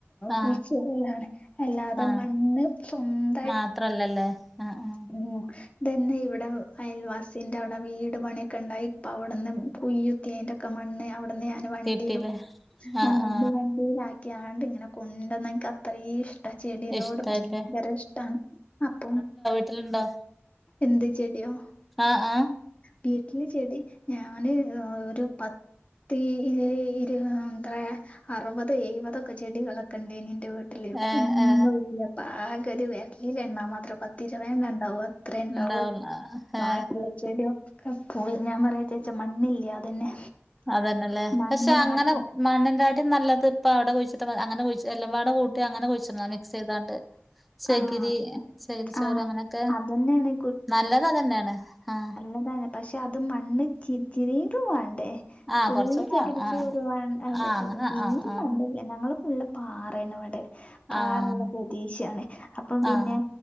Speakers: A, in the centre; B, on the left.
A: ആ
B: കുഴിച്ച് ഇടലണ്. അല്ലാതെ
A: ആ
B: മണ്ണ് സ്വന്ത
A: മാത്രല്ലല്ലേ? ആ ആ
B: മ് തന്റെ ഇവിടെ അയൽവാസിന്റെ വടെ വീട് പണിയൊക്കെ ഉണ്ടായി. ഇപ്പ അവിടെന്ന് കുയ്യുത്തിയന്റെ ഒക്കെ മണ്ണ്. അവിട്ന്ന് ഞാൻ വണ്ടിയിലും.
A: കിട്ടീല്ലേ ആ
B: ഉന്ത്
A: ആ
B: വണ്ടിയിലാ ക്കിയാണ്ട് ഇങ്ങനെ കൊണ്ടന്ന് എനിക്ക് അത്രയിം ഇഷ് ട്ട ചെടിനോട്
A: ഇഷ്ടായില്ലേ
B: ഭയങ്കര ഇഷ്ടാണ്. അപ്പ
A: ണണ്ടോ
B: എന്ത് ചെടിയോ?
A: ആഹ് ആഹ്
B: വീട്ടില് ചെടി ഞാൻ ഒരു പ ത്തിരുപ എത്ര അറുപത് എഴപതൊക്കെ ചെടികളൊക്കെ ഉണ്ടനി എന് ന്റെ വീട്ടിൽ പ്പന്നുല്ല
A: ഏ ഏ
B: പ്പാഗ ഒരു വരലിൽ എണ്ണാ മാത്ര പ പത് തിരുവണ്ണണ്ടാവും അത്ര ഉണ്ടാവൂ
A: ഉണ്ടാവുല്ല
B: ബാക്കി
A: ഏ
B: ചെടിയോ ക്കെ പോയി ഞാൻ പറയാ വിചാരിച്ചാ മണ്ണില്ലെ അതന്നെ
A: അതന്നെല്ലേ
B: മണ്ണ്
A: പക്ഷെ അങ്ങനെ
B: മാറ്റി
A: മണ്ണിന്റെ ആട്ടി നല്ലത് ഇപ്പൊ അവിടെ കുഴിച്ചിട്ട മാതിരി അങ്ങനെകുഴിച്ച എല്ലാം കൂട്ടി അങ്ങനെ കുഴിച്ചിട്ന്നാ മിക്സ് ചെയ്താണ്ട്. ചകിരി
B: ആഹ്
A: ചകിരിച്ചോറ്
B: ആഹ്
A: അങ്ങനെയൊക്കെ
B: അതന്നെയാണ്
A: നല്ലത അതന്നെയാണ്. ആഹ്
B: അതാണ് പക്ഷെ അതും മണ്ണ് ഇചിരിച്ചിരി ടെ
A: ആഹ്
B: ഫുള്ള്
A: കൊറച്ചൂടെ
B: ചെകിരിചോറ്
A: ആഹ്
B: വാ പറ്റൂല്ല
A: ആഹ് അങ്ങനെ
B: തീരും
A: ആഹ് ആഹ്
B: മണ്ണല്ല ഞങ്ങള് ഫുള്ള് പാറേണ് വടെ പാറള്ള
A: ആഹ്
B: പ്രദേശാണ് അപ്പം പിന്നെ
A: ആഹ്